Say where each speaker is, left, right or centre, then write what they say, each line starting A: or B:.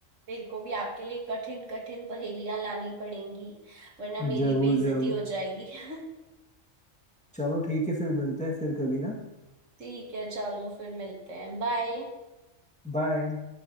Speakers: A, on the right (about 70°); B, in the centre.
A: मेरे को भी आपके लिए कठिन कठिन पहेलियां लानी पड़ेंगी वरना मेरी
B: जरूर
A: बेइज्जती
B: जरूर
A: हो जाएगी <laughs>
B: चलो ठीक है फिर मिलते हैं फिर कभी ना
A: ठीक है चलो फिर मिलते हैं बाय
B: बाय